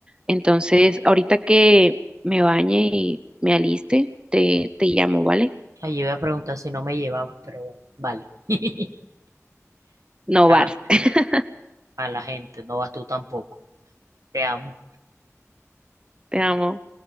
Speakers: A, on the right; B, on the right.
A: Entonces, ahorita que me bañe y me aliste, te, te llamo, ¿vale?
B: Allí voy a preguntar si no me llevabas, pero bueno, vale. <laughs>
A: No
B: Ya,
A: vas, <laughs>
B: a la gente, no vas tú tampoco. Te amo.
A: te amo.